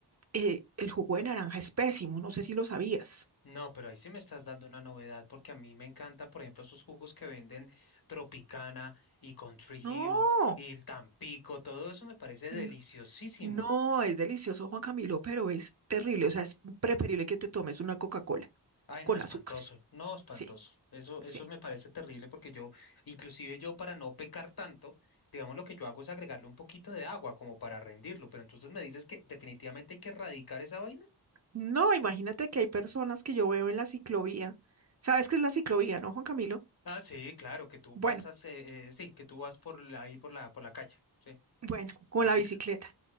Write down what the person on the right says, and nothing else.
eh, el jugo de naranja es pésimo, no sé si lo sabías.
No,
n- no, es delicioso, Juan Camilo, pero es terrible, o sea, es preferible que te tomes una Coca-Cola
con
azúcar.
Sí,
sí.
No, imagínate que hay personas que yo veo en la ciclovía. ¿Sabes qué es la ciclovía, no, Juan Camilo?
Bueno,
bueno, con
la
bicicleta.